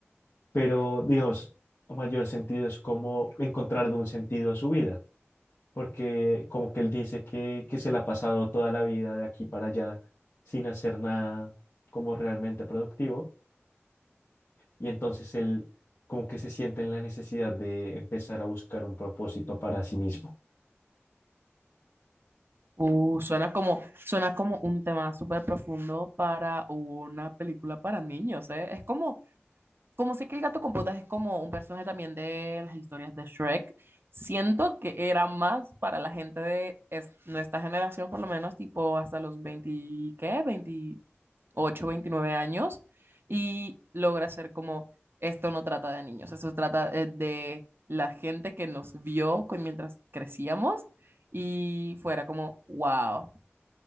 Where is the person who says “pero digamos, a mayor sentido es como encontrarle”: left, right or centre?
Left